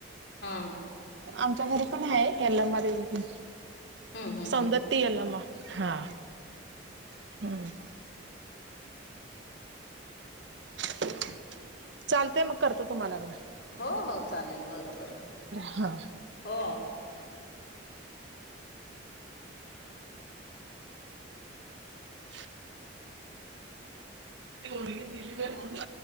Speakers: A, on the left (about 65°); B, on the right (about 70°).
A: हा
B: आमच्या घरी पण आहे, यल्लमा देवी
A: हम्म हम्म
B: सौंदत्ती
A: हम्म
B: यल्लमा. हा <inaudible> <inaudible> चालतय मग करतो तुम्हाला म
A: हो हो चालेल बरोबर
B: हा
A: हो
B: <inaudible> ती लगी दिली म्ह